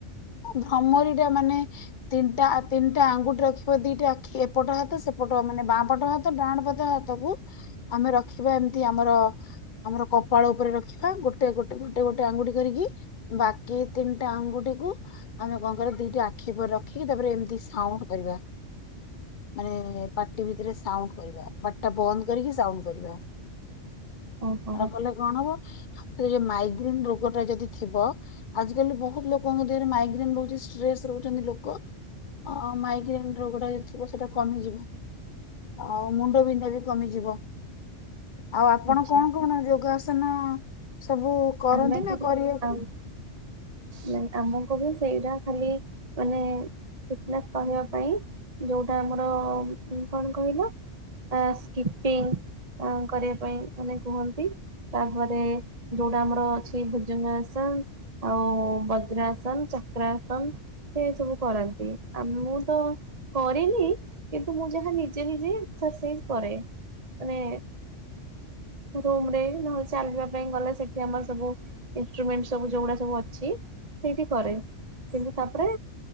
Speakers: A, on the left; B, on the right.
A: ଭ୍ରମରିଟା ମାନେ ତିନିଟା ତିନିଟା ଆଙ୍ଗୁଠି ରଖିବ। ଦିଟା ଆଖି ଏପଟ ହାତ ସେପଟ ମାନେ ବାଁପଟ ହାତ ଡାହାଣ ପଟ ହାତକୁ ଆମେ ରଖିବା। ଏମିତି ଆମର ଆମର କପାଳ ଉପରେ ରଖିବା। ହେ ଗୋଟେ ଗୋଟେ ଗୋଟେ ଗୋଟେ ଆଙ୍ଗୁଠି କରିକି। ବାକି ତିନିଟା ଆଙ୍ଗୁଠିକୁ ଆମେ କଣ କରିବା ଦିଟିା ଆଖି ଉପରେ ରଖିକି ତାପରେ ଏମିତି ସାଉଣ୍ଡ କରିବା। ମାନେ ପାଟି ଭିତରେ ସାଉଣ୍ଡ କରିବା। ପାଟି ଟା ବନ୍ଦ କରିକି ସାଉଣ୍ଡ କରିବା।
B: ଓହୋ
A: ଆ କଲେ କଣ ହବ। ଏ ଯୋଉ ମାଇଗ୍ରେନ ରୋଗ ଟା ଯଦି ଥିବ। ଆଜିକାଲି ବହୁତ ଲୋକଙ୍କ ଦେହରେ ମାଇଗ୍ରେନ ରହୁଛି। ଷ୍ଟ୍ରେସ ରହୁଛନ୍ତି ଲୋକ ଅ ମାଇଗ୍ରେନ ରୋଗଟା ଯଦି ଥିବ ସେଟା କମିଯିବ। ଆଉ ମୁଣ୍ଡ ବିନ୍ଧା ବି କମିଯିବ। ଆଉ ଆପଣ
B: ଆଚ୍ଛା
A: କଣ କଣ ଯୋଗାସନ ସବୁ। କରନ୍ତି
B: ଆମ
A: ନା
B: ଘରେ
A: କରିବାକୁ
B: କରେ। ମ ଆମକୁ ବି ସେଇଟା ଖାଲି ମାନେ ଫିଟନେସ୍ କରିବା ପାଇଁ। ଯୋଉଟା ଆମର ଅ କଣ କହିଲ ଅ ସ୍କିପିଙ୍ଗ କରିବା ପାଇଁ ମାନେ କୁହନ୍ତି। ତାପରେ ଯୋଉଟା ଆମର ଅଛି ଭୋଜନସନ, ଆଉ ବଜ୍ରାସନ ଚକ୍ରାସନ ସେ ସବୁ କରନ୍ତି। ଆ ମୁଁ ତ କରେନି କିନ୍ତୁ ମୁଁ ଯାହା ନିଜେ ନିଜେ ଏକ୍ସାର୍ସାଇଯ କରେ, ମାନେ ରୁମ ରେ, ନହେଲେ ଚାଲିବା ପାଇଁ ଗଲେ ସେଠି ଆମର ସବୁ ଇନସ୍ରୁମେଣ୍ଟ ସବୁ ଯୋଉଗୁଡା ସବୁ ଅଛି, ସେଇଠି କରେ। କିନ୍ତୁ ତାପରେ